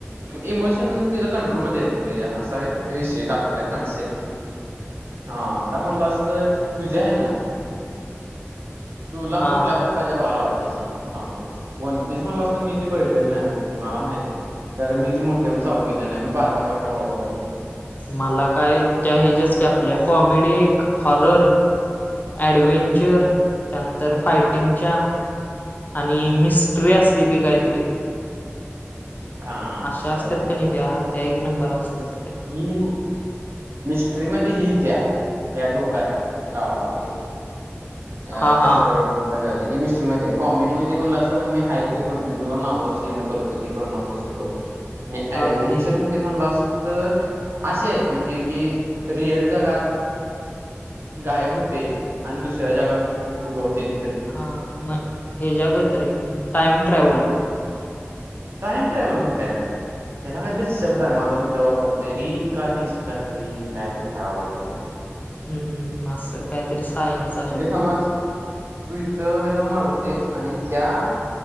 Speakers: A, on the right (about 60°); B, on the left (about 40°).
A: इमोश शन तीजा कंट्रोलमध्येयेत रे तेजा असा काहीतर तो विषय दाखवलाय कन्सेप्ट हा आता म्हणला अस तुझ्या हेन तुला
B: हा
A: कुठल्या प्र कारचा बघायला आवडत्या सांग मी सांगतो वनपीस म्हणलास तर मी ती बघितलेल नाही अजून मला माहित नाही. तर मी ती मोठीय म्हणून चालू केलेली नाय मी बारक्या बारक्या बघालोय आता
B: मला काय त्या हेज्याचं की आपल्या कॉमेडी एक हॉरर ऍडवेंचर त्यानंतर फायटिंगच्या आणि मिस्ट्री असली की काहीतरी
A: हा
B: अशा असत्यात
A: बर
B: कणी त्या त्या एक नंबर असत्यात.
A: हि मिस्ट्री मधी ही येत्या त्या डोकाय लावाय लागतय. अ
B: हा
A: कसय
B: हा
A: अगग हि मीस्ट्रीमध्ये आहे कॉमेडीमध्ये म्हटलास तर आम्ही हाय ते दोन तीन तुला नाव सेंड करतो ती बघणार असलास तर तर बघ मी
B: चालते
A: ऍडवेंचर म ते म्हणलास तर अशे आहेत म्हणजे की रिअल जगात गायब हुतंय आणि दुसऱ्या जगाल उगवतय तिथ
B: हा म हेज्यागत रे टाइम ट्रॅव्हल
A: टाइम ट्रॅव्हल म्हणता येत नाय त्याला काहीतरी शब्दय माझा मित्र वापरतय रिइन्कार्निशन काहीतरी कायतरी हाय बाबा ते <inaudible>
B: हम्म हम् असल कायतरी सायनचा
A: म्हणजे
B: शब्द
A: समज तू इथं कायतर मरतयस आणि त्या